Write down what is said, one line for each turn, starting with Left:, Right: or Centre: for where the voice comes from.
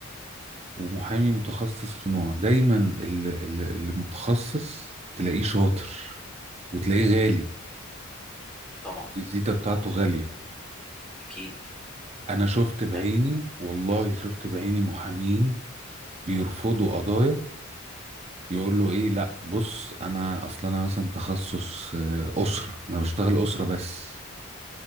Right: ومحامي متخصص في نوع دايما اللي, اللي متخصص تلاقيه شاطر وتلاقيه غالي
Centre: طبعا
Right: الفيزيتا بتاعته غالية
Centre: اكيد
Right: انا شفت بعيني
Centre: يعني
Right: والله شفت بعيني محامين بيرفضوا قضايا يقول له ايه لا بص انا اصلا انا مثلا تخصص آه، اسره انا بشتغل اسره بس